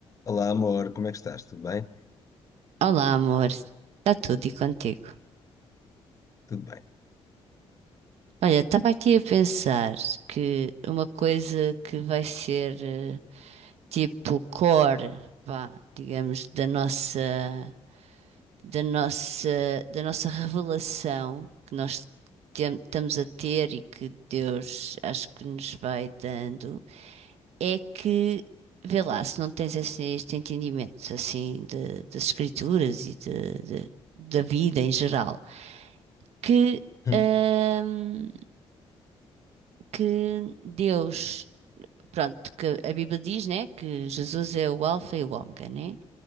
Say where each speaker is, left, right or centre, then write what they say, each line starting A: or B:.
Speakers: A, on the left; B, on the right.
A: Olá, amor, como é que estás? Tudo bem?
B: Olá, amor. Está tudo e contigo?
A: Tudo bem.
B: Olha, estava aqui a pensar que uma coisa que vai ser eh, tipo core, vá, digamos, da nossa, da nossa, da nossa revelação que nós tem- estamos a ter e que Deus acho que nos vai dando, é que, vê lá, se não tens esse, este entendimento assim de- das escrituras e de, de- da vida em geral. que,
A: Hum,
B: ahm, que Deus, pronto, que a Bíblia diz, né, que Jesus é o Alfa e o Ômega, né?